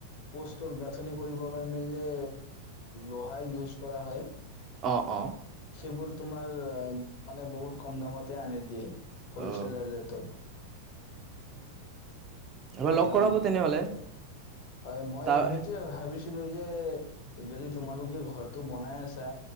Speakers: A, on the left; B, on the right.
A: পোষ্টৰ গাঁঠনি কৰিবৰ কাৰণে যে লোহাই ইউজ কৰা হয়
B: অঁ অঁ
A: সেইবোৰ তোমাৰ মানে বহুত কম দামতে আনি <unintelligible> হ'লছেলাৰ
B: অ
A: ৰেতত
B: এবাৰ
A: একদম,
B: লগ কৰাব তেনেহলে
A: হয় মই
B: তাৰ
A: সেইটোয়ে ভাবিছো ছিলো যে যদি তোমালোকে ঘৰটো বনাই আছা